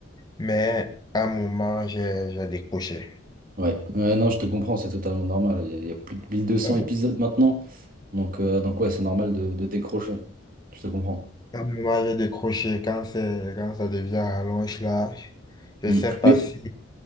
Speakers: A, on the left; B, on the right.
A: mais à un moment, j'ai, j'ai décroché.
B: Ouais. Ouais, non, je te comprends, c'est totalement normal. Il y, a il y a plus de 1200
A: À un
B: épisodes
A: mo-
B: maintenant. Donc, euh, donc ouais, c'est normal de, de décrocher. Je te comprends.
A: à un moment, j'ai décroché quand c'est, quand ça devient rallonge là. Je
B: Mm.
A: sais pas
B: Mais,
A: si,